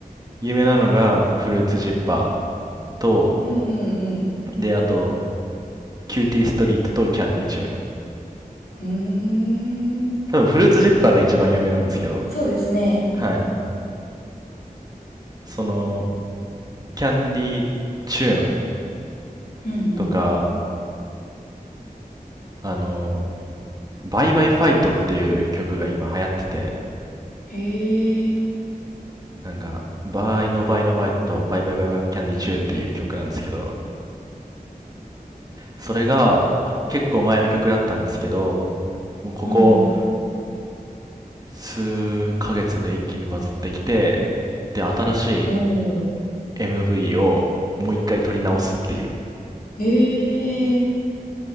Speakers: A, on the right; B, on the left.
A: 有名なのがフルーツジッパーと、
B: うんうん
A: で、あと、キューティーストリートとキャンディチューン。
B: うん。うーん、
A: 多分フルーツジッパーが一番有名なんですけど、
B: そうですね。
A: はい。その、キャンディチューン
B: うんうん。
A: とか、あの、バイバイファイトっていう曲が今流行ってて、
B: へえ、
A: なんか、バイのバイのバイとバイバイバイバイキャンディチューンっていう曲なんですけど、それが結構前の曲だったんですけど、ここ
B: うんうん。
A: 数ヶ月で一気にバズってきて、で、新しい
B: おー、
A: MV をもう一回撮り直すっていう。
B: へえ、